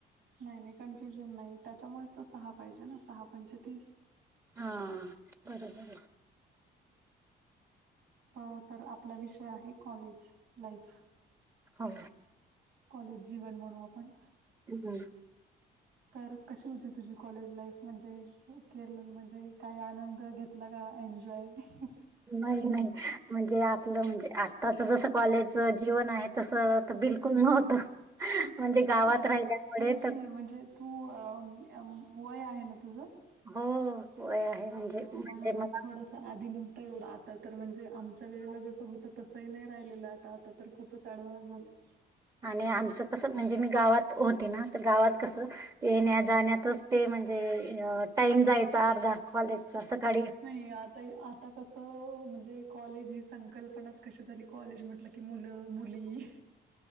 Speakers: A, on the right; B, on the right.
A: नाही नाही कन्फ्युजन नाही त्याच्यामुळेच तो सहा पाहिजे ना सहा पंचेतीस.
B: हा बरोबर.
A: अ तर आपला विषय आहे कॉलेज लाईफ.
B: हो.
A: कॉलेज जीवन म्हणू आपण.
B: हम्म.
A: तर कशी होती तुझी कॉलेज लाईफ म्हणजे केर म्हणजे. काही आनंद घेतला का एन्जॉय ह ह.
B: नाही नाही म्हणजे आपलं म्हणजे आत्ताच जस कॉलेज जीवन आहे. तसं तर बिलकुल नव्हतं.
A: <inaudible>
B: म्हणजे गावात
A: अरे
B: राहिल्यामुळे
A: थोडीशी
B: तर
A: म्हणजे तू अ वय आहे ना तुझं.
B: हो वय आहे म्हणजे
A: अ, म्हणून
B: म् <unintelligible> मग.
A: थोडस आधी नव्हतता एवढं आता तर म्हणजे आमच्या वेळेला जसं होतं तसंही नाही राहिलेलं आता आता. तर खूपच आडवा <unintelligible> झालाय.
B: आणि आमचं कसं म्हणजे मी गावात होते ना तर गावात कसं. येण्या जाण्यातच ते म्हणजे अ टाईम जायचा अर्धा. कॉलेज अस काय.
A: नाही आता आता कस. हो म्हणजे कॉलेज ही संकल्पनाच कशी झाली कॉलेज म्हटल कि मुलं-मुली